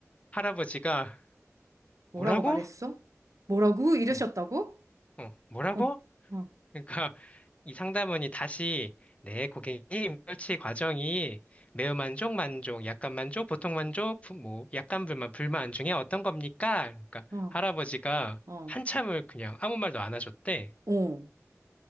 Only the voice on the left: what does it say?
할아버지가
뭐라고?
응, 응, 뭐라고?
그러니까 이 상담원이 다시 네, 고객님, 설치 과정이 매우 만족, 만족, 약간 만족, 보통 만족, 부- 뭐 약간 불만, 불만 중에 어떤 겁니까? 그러니까
할아버지가
한참을 그냥 아무 말도 안 하셨대.